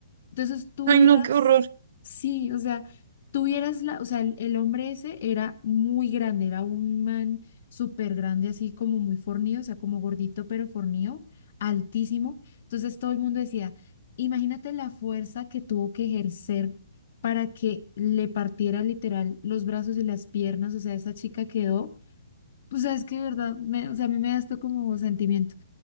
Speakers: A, on the left; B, on the right.
A: Entonces tuvieras,
B: Ay, no, qué horror.
A: sí, o sea, tuvieras la, o sea, el, el hombre ese era muy grande, era un man súper grande, así como muy fornido, o sea, como gordito pero fornido, altísimo. Entonces todo el mundo decía, imagínate la fuerza que tuvo que ejercer para que le partiera literal los brazos y las piernas, o sea, esa chica quedó, o sea, es que de verdad, me- o sea, a mí me da esto como sentimiento.